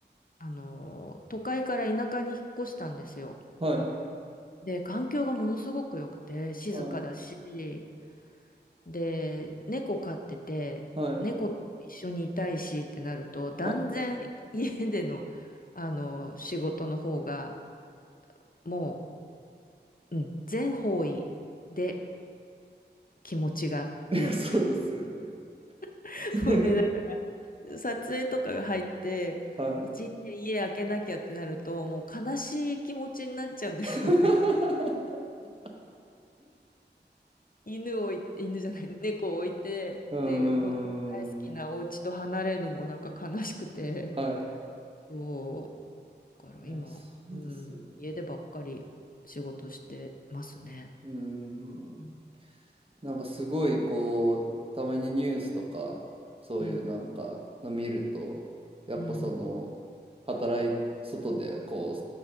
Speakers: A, on the left; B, on the right.
A: あの、都会から田舎に引っ越したんですよ。
B: はい。
A: で、環境がものすごく良くて、静かだし、
B: はい。
A: で、猫飼ってて、
B: はい。
A: 猫とも一緒にいたいしってなると、断然家での、
B: は
A: あの、仕事の方が、もううん、全方位で気持ちがいいっていう。
B: い。<laughs> いやそうですよね。
A: <laughs>
B: <laughs>
A: もうね、なんか撮影とかが入って、
B: はい。
A: 一日家開けなきゃってなると、もう悲しい気持ちになっちゃうんですよね。
B: <laughs>
A: <laughs> 犬をい、犬じゃない、猫を置いて、
B: うーん。
A: で、この大好きなお家と離れるのもなんか悲しくて、
B: はい。
A: そう、だから今、
B: いや、そうですよね。
A: うん、家でばっかり仕事してますね。
B: うーん。
A: うん、
B: なんかすごいこう、たまにニュースとか、そういうなんかの見ると、
A: う
B: やっぱその、
A: ん、
B: 働い、外でこう、